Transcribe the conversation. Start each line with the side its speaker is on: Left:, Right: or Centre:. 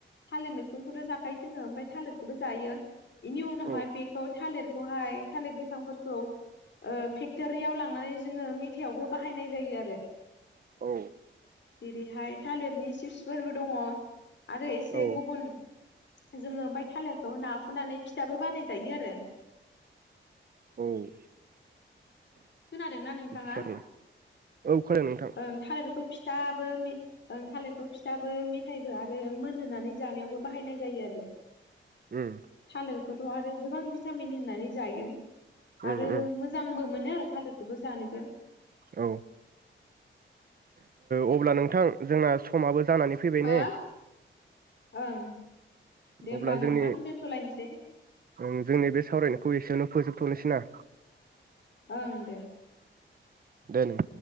Left: थालिर मैखुनखौथ' जाखायो जोङो ओमफ्राय थालिरखौबो जायो इनि उनावहाय
Right: औ
Left: बेखौ थालिर हाय थालिर गोथांफोरखौ ओ फेक क्टरियाव लांनानै जोङो मेथायाइआवबो बाहायनाय जायो आरो
Right: औ
Left: जेरैहाय थालिरनि सिपसफोरबो दङ आरो एसे
Right: औ
Left: गुबुन जोङो ओमफ्राय थालारखौ नाफुनानै फिथाबो बानायजायो आरो।
Right: औ।
Left: खोनादोंना नोंथाङा
Right: बिदिसो आरोना औ खोनादों नोंथां
Left: ओं थालिरखौ फि थाबो मे ओं थालिरखौ फिथाबो मे फिथायाइबो आरो मोनहोनानै जानायावबो बाहायनाय जायो आरो।
Right: उम
Left: थालेरखोथ' आरो गोबां भिटामिन होननानै जायो। आरो
Right: उम उम
Left: मोजांबो मोनो आरो। थालिरखौबो जानोबो
Right: औ ओ अब्ला नोंथां जोंना समाबो जानानै फैबाय
Left: हो
Right: ने।
Left: ओं। दे होमबा
Right: अब्ला
Left: नोंथां
Right: जोंनि
Left: दोनथ'लायनोसै
Right: ओं जोंनि बे सावरायनायखौ एसेआवनो फोजोबथ'नोसै ना?
Left: ओं दे।
Right: दे नों